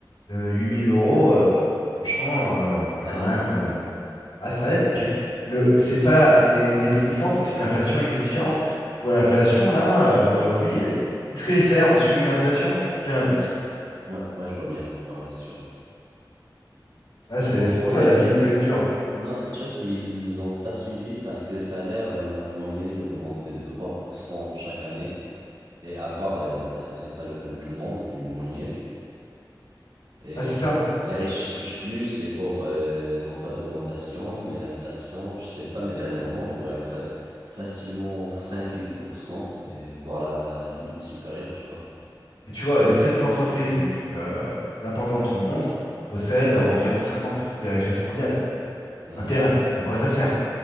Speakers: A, on the left; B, on the right.
A: de 8000 euros. Euh, franchement, euh, c'est
B: Ça
A: quand
B: aide.
A: même. euh, ah, ça aide. Et puis, le, c'est pas, on est à une époque différente aussi. L'inflation était différente. Tu vois, l'inflation, là, euh, aujourd'hui, elle- est-ce que les salaires ont suivi l'inflation? J'ai un doute.
B: Ouais, ouais, je vois bien. Ouais, ouais, c'est sûr.
A: Là, c'est
B: Non, en
A: c'est pour
B: fait,
A: ça, la
B: euh,
A: vie peut être dure.
B: non, c'est sûr qu'ils n'ont pas suivi parce que le salaire, euh, en moyenne, il augmente de 2-3% chaque année. Et à voir, euh, parce que c'est pas le cas de tout le monde, c'est une moyenne. Et
A: Là, c'est ça.
B: les riches touchent plus, les pauvres euh, n'ont pas d'augmentation, mais l'inflation, je sais pas, mais dernièrement, elle doit être euh, facilement entre 5 et 10%, et voire la limite supérieure, tu vois.
A: Et tu vois, les sept entreprises les plus euh, importantes au monde possèdent environ 50% des richesses mondiales.
B: Hmm.
A: Intérêt, à quoi ça sert?